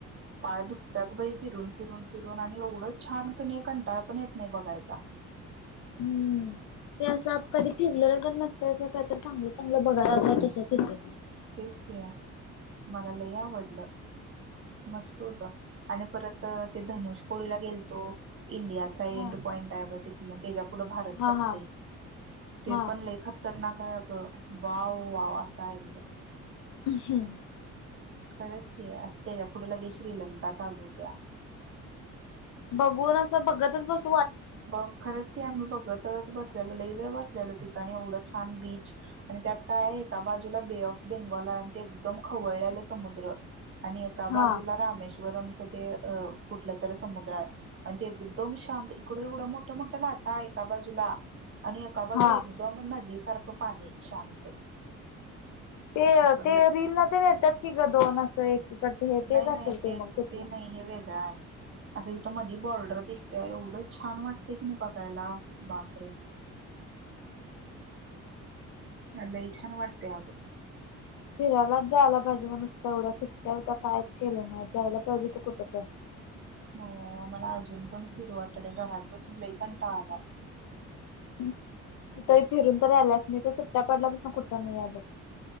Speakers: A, on the right; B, on the left.
A: पाय दुखतात बई फिरून फिरून फि रून आणि एवढंच छान कनय कंटाळ पण येत नाय बघायचा.
B: हम्म ते असं कधी फिरलेलं तर नसत असं काही तर चांगलं चांगलं बघाला असाय तसंचं येतंय
A: तेच किया मला लय आवडलं. मस्त होत आणि परत ते धनुष कोळीला गेलतो इंडियाचा
B: हा
A: एंड पॉइंट आहे ब ति म त्याच्या पुुढं भारत
B: हा
A: सपतय
B: हा
A: ते
B: हा
A: पण लय खतरना हा का वाव वाव असाय एकदम -
B: <unintelligible>
A: खरंच की असते या पुढ लगे श्रीलंका चालू होत्या.
B: बघून असं बघतच बस
A: ब खरंच की आम्ही बघत तेव्हा चं बसलेलो लय वेळ बसलेलो तिथं आणि एवढं छान बीच आणि त्यात काय आहे एका बाजूला बे ऑफ बेंगॉल आणि ते एकदम खवळलेलं समुद्र आणि एका
B: हा
A: बाजूला रामेश्वरमच ते अ कुठलं तर समुद्र आहे आणि ते एकदम शांत इकडं एवढं मोठ्या मोठ्या लाटा एका बाजूला आणि एका बाजूला
B: हा
A: एकदम नदी सारखं पाणी शांत.
B: ते
A: असं
B: ते
A: लय
B: रील ना ते येतात की ग दोन असं एक तिकडचं हे तेच
A: नाही
B: असेल,
A: नाही
B: ते मग तिथलं.
A: नाही हे वेगळं आहे असं इथ मधी बॉर्डर दिसत्या एवढी बघ छान वाटतय की नाही, बघायला बापरे! अ लई छान वाटतय आग.
B: फिरायलाच जायला पाहिजे म नुसता एवढा सुट्ट्या होता कायच केलं नाही आ जायला पाहिजे होत कुठं तर, <inaudible>
A: हो मला अजून पण फिरू वाटलय घरात बसून लय कंटाळा आला, <inaudible>
B: <inaudible> तू तरी फिरून तरी आलास मी तो सुट्ट्या पडल्या बसून कुठ नाही आहे बघ <inaudible>